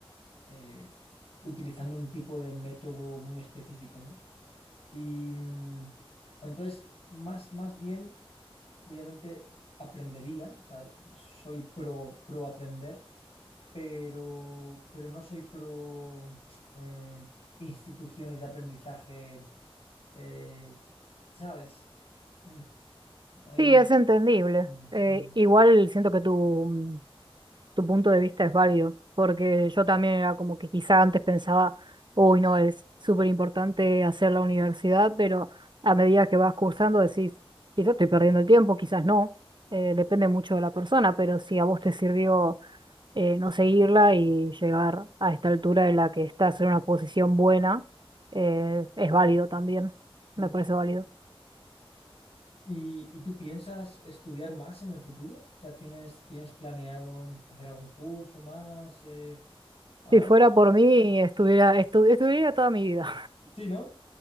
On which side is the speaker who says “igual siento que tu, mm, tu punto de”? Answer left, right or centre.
Right